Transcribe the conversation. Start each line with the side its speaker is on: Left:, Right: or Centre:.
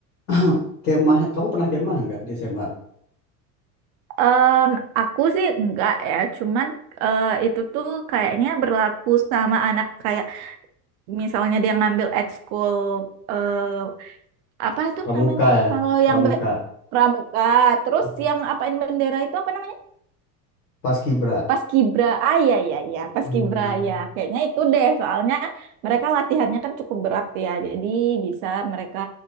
Left: <laughs> kemah, kamu pernah kemah nggak di SMA?
Right: em, aku sih enggak ya, cuman eh, itu tuh kayaknya berlaku sama anak kayak misalnya dia ngambil ekskul eh, apa itu
Left: Pramuka
Right: namanya?
Left: ya,
Right: Kalau
Left: pramuka.
Right: yang be- pramuka, terus
Left: Hmm.
Right: yang apain bendera itu apa namanya?
Left: Paskibra.
Right: Paskibra, ah iya iya iya, Paskibra
Left: Iya,
Right: ya. Kayaknya itu deh, soalnya mereka latihannya kan cukup berat ya. Jadi bisa mereka